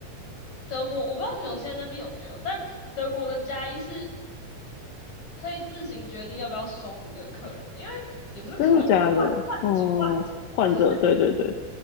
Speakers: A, on the left (about 55°); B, on the left (about 80°).
A: 德国我不知道纽西兰那边有没有，但德国的加医是可以自行决定要不要收你这个客人，因为也不是客人，
B: 真的假的？
A: 患患者患者就是
B: 哦，患者，对对对，